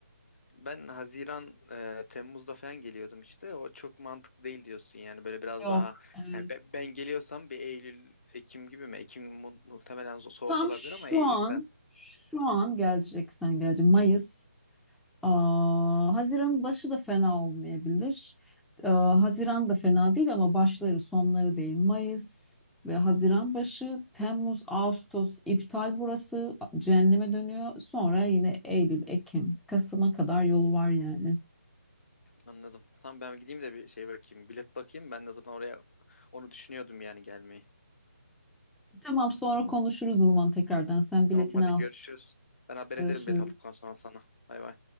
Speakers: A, on the left; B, in the centre.
A: Ben Haziran, e, Temmuz'da falan geliyordum işte. O çok mantıklı değil diyorsun yani böyle biraz
B: Yok.
A: daha
B: Evet.
A: yani be- ben, geliyorsam bir Eylül, Ekim gibi mi? Ekim mu- muhtemelen zo- soğuk
B: Tam
A: olabilir
B: şu
A: ama Eylül
B: an,
A: falan
B: şu an geleceksen gelecek. Mayıs. Aa, Haziran başı da fena olmayabilir. Aa, Haziran da fena değil ama başları sonları değil. Mayıs ve Haziran başı, Temmuz, Ağustos iptal burası. Cehenneme dönüyor. Sonra yine Eylül, Ekim, Kasım'a kadar yolu var yani.
A: anladım. Tamam ben gideyim de bir şey bakayım, bilet bakayım. Ben de zaten oraya onu düşünüyordum yani gelmeyi.
B: Tamam sonra konuşuruz o zaman tekrardan. Sen
A: Tamam
B: biletini
A: hadi
B: al.
A: görüşürüz. Ben haber
B: Görüşürüz.
A: ederim bilet aldıktan sonra sana. Bay bay.